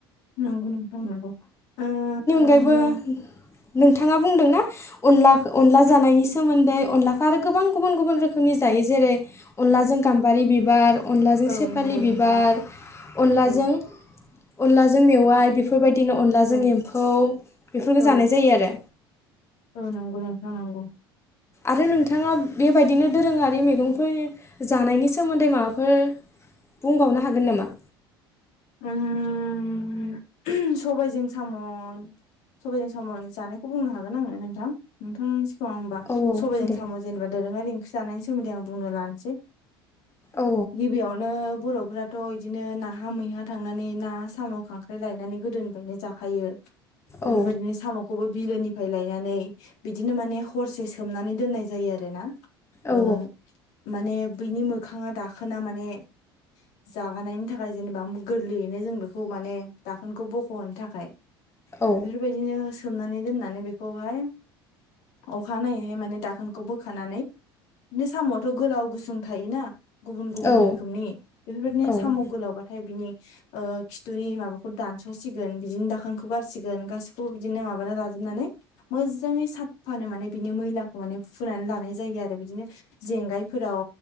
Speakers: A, on the left; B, on the left.
A: नोंगौ नोंथां नंगौ ओ
B: गयबो
A: नों
B: <inaudible> नोंथाङा बुंदोंना ओ अनला अनला जानायनि सोमोन्दै अनलाखौ आरो गोबां गुबुन गुबुन रोखोमनि जायो जेरै ओ अनलाजों गाम्बारि बिबार अनलाजों
A: औ
B: सेफालि
A: नंगौ नोंथां
B: बिबार अनलाजों
A: औ
B: अनलाजों मेवाइ बेफोर बायदि बेदिनो अनलाजों
A: औ
B: एम्फौ बेफोरखौ
A: औ
B: जानाय जायो आरो
A: औ नोंगौ नोंथां नोंगौ
B: आरो नोंथाङा बे बायदिनो दोरोङारि मैगंफोरनि जानायनि सोमोन्दै माबाफोर बुंबावनो हागोन नामा?
A: उम उम सबायजों साम' सबाइजों साम' जानायखौ बुंनो हागोन आङो नोंथां नोंथां होमबा
B: औ औ
A: सबायजों
B: दे
A: साम' जेनोबा दोरोङारि ओंख्रि जानायनि सोमोन्दै आं बुंनो लानिसै
B: औ
A: गिबियावनो बर'फोराथ' इदिनो नाहा मैहा थांनानै ना साम' खांख्राइ लायनानै गोदोनिफायनो जाखायो बेफोरबायदिनो
B: औ
A: साम'खौबो बिलोनिफ्राय लायनानै बिदिनो माने हम हरसे सोमनानै दोननाय जायो आरो ना
B: औ
A: ओ माने बैनि मोखांआ दाखोना माने जागानायनि थाखाय जेनोबा मो गोरलैयैनो जों बेखौ माने दाखोनखौ बख'नो थाखाय
B: औ
A: बेफोरबायदिनो सो सोमनानै दोननानै बेखौहाय ओ अखानायैहाय माने दाखोनखौ बोखानानै बिदिनो नो साम'आथ' गोलाव गुसुं थायोना गुबुन गुबुन
B: औ
A: रोखोमनि बेफोरबायदिनो
B: औ
A: साम'
B: औ
A: गोलाव लावबाथाय बिनि ओ खिथुनि माबाख स'सिगोन बिदिनो दाखोनखौ खौ गारसिगोन गासिखौबो बिदिनो माबाना लाजुबनानै मोजाङै साफानो माने बिनि मैलाखौ माने फुनानै लानाय जायो आरो बिदिनो जेंगायफोराव